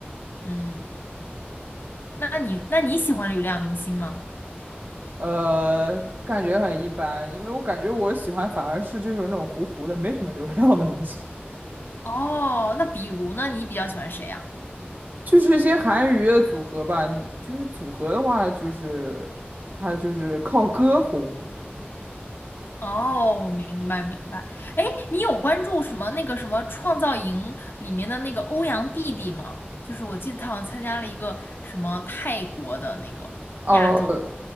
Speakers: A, on the left (about 60°); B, on the right (about 45°).
A: 嗯，那你那你喜欢流量明星吗？
B: 呃，感觉很一般，因为我感觉我喜欢反而是就是那种糊糊的，没什么流量的明星，
A: 哦，那比如呢，你比较喜欢谁啊？
B: 就是一些韩娱的组合吧。你就是组合的话，就是他就是靠歌红。
A: 哦，明白明白。哎，你有关注什么那个什么《创造营》里面的那个欧阳弟弟吗？就是我记得他好像参加了一个什么泰国的那个亚洲。
B: 哦，